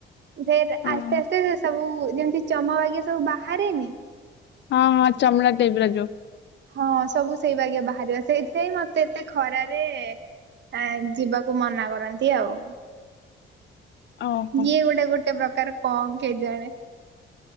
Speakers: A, on the right (about 60°); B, on the left (about 65°).
A: ଫେର
B: ହଁ।
A: ଆସ୍ତେ ଆସ୍ତେ ସବୁ ଯେମିତି ଚମ ବାଗିଆ ସବୁ ବାହାରେନି
B: ହଁ ହଁ ଚମଡ଼ା ଟାଇପର ଯୋଉ।
A: ହଁ ସବୁ ସେଇବାଗିଆ ବାହାରିବ ସେଇଥିପାଇଁ ମତେ ଏତେ ଖରାରେ ଆଁ ଯିବାକୁ ମନା କରନ୍ତି ଆଉ।
B: ଓହୋ
A: ୟିଏ ଗୋଟେ ଗୋଟେ ପ୍ରକାର କଣ କେଜାଣେ।